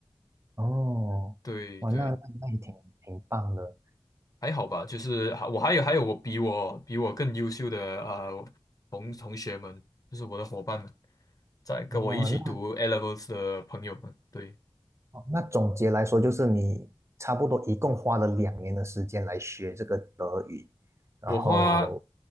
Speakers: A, on the right; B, on the left.
A: 哦，
B: 对对。
A: 哇，那那那也挺挺棒的
B: 还好吧，就是还我还有还有我比我比我更优秀的呃同同学们，就是我的伙伴们，在跟我一起读
A: 哦。
B: e levels 的朋友们，对，
A: 那那总结来说，就是你差不多一共花了两年的时间来学这个德语，然后
B: 我花，